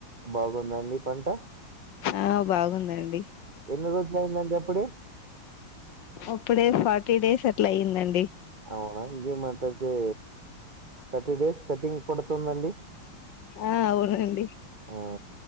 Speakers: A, on the right; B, on the left.
A: బాగుందాన్డి పంట
B: ఆ బాగుందండి
A: ఎన్ని రోజులు అయిందండి అప్పుడే
B: అప్పుడే ఫార్టీ డేస్ అట్లా అయిందండి
A: అవునా ఇంకేం అట్లయితే థర్టీ డేస్ కటింగ్ పడుతుందండి
B: ఆ అవునండి
A: ఆ